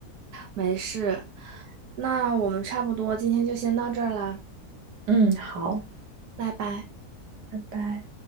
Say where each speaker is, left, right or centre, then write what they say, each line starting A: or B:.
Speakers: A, on the right; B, on the right.
A: 没事，那我们差不多今天就先到这儿啦，
B: 嗯，好，
A: 拜拜。
B: 拜拜。